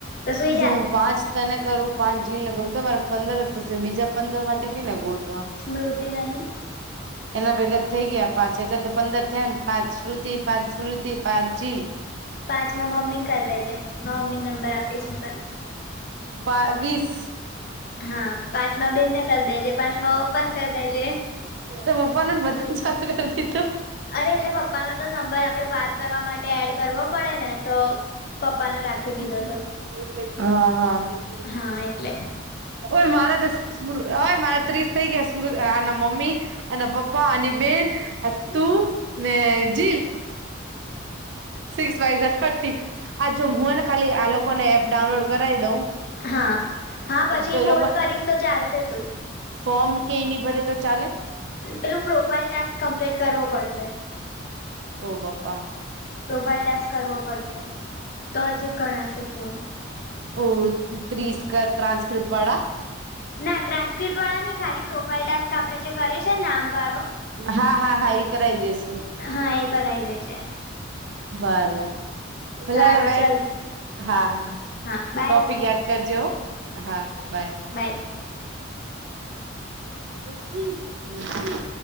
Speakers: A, on the left; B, on the right.
A: તો સુઈ
B: હું
A: જા
B: જોવ પાંચ તને કરું પાંચ જીલને કરું. તો મારે પંદર જ થશે બીજા પંદર માટે કેને ગોતવા.
A: સ્મૃતિ નહી.
B: <inaudible> એના ભેગા તો થઈ ગયા પાંચ. એટલે તો પંદર થયા ને પાંચ શ્રુતિ, પાંચ સ્મૃતિ, પાંચ જીલ.
A: પાંચ માં મમ્મીને કરી લેજે મા મમ્મીને નંબર આપીશ હું તને.
B: બાવીસ
A: હા પાંચ માં બેનને કર દેજે પાંચ માં ઓપન કરી દેજે
B: તો પપ્પાનું બધા સાફું કરીતી
A: અરે એટલે પપ્પાનો તો નંબર આપણે વાત કરવા માટે એડ કરવો પડે ને તો પપ્પાનો રાખી દીધો
B: તું
A: તો
B: <unintelligible> હા હા
A: હા એટલે
B: ઓય મારાતો સ મારા ત્રીસ થઇ ગયા શે આના મમ્મી, આના પપ્પા, આની બેન તું ને જીલ સિક્સ ફાઇવ ઝા થર્ટી, આ જો હુંને ખાલી આ લોકોને એપ ડાઉનલોડ કરાવી દઉં
A: હા હા પછી
B: તો એ
A: ફોન
B: લોકો
A: કરીશ તો ચાલશે તું
B: ફોર્મ કે એની ભરે તો ચાલે
A: પેલું પ્રોફાાઈલ ટાસ્ક કમ્પ્લીટ કરવો પડશે
B: ઓહ બાપા
A: પ્રોફાઇલ ટેસ્ટ કરવો પડશે તોજ ગણાશે ફોન
B: ઓ ત્રીસકા ટ્રાસક્રિપ્ટ વાળા
A: ના ટ્રાન્સ્ક્રિપ્ટ વાળા નહી, ખાલી પ્રોફાાઈલ ટાસ્ક આપડે જે કરીએ છે નામ વાળો
B: હા હા હા એ કરાઈ દેસુ
A: હા એ કરાઈ દેજે
B: વાલા કલાલ
A: સારું
B: હવે
A: ચલ
B: હા હા <unintelligible>
A: હા બાય
B: ટોપિક યાદ કરજેહો હા બાય
A: બાય
B: <unintelligible>